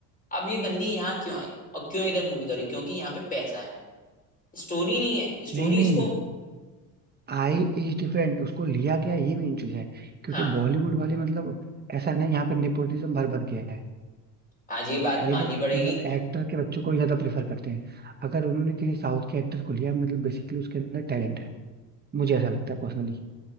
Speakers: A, on the left (about 20°); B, on the right (about 20°).
A: अब ये बंदी यहाँ क्यों आई और क्यों इधर मूवी करी क्योंकि यहाँ पे पैसा है स्टोरी नहीं है स्टोरी
B: नहीं नहीं
A: इसको
B: आई इज डिफरेंट उसको लिया गया ये मेन चीज है क्योंकि
A: हाँ
B: बॉलीवुड वाले मतलब ऐसा है ना यहाँ पे नेपोटिज्म भर भर के है
A: आज ये बात
B: ये
A: माननी
B: लोग
A: पड़ेगी
B: मतलब एक्टर के बच्चों को ही ज्यादा प्रेफर करते हैं अगर उन्होंने किसी साउथ के एक्टर को लिया मतलब बेसिकली उसके अंदर टैलेंट है मुझे ऐसा लगता है पर्सनली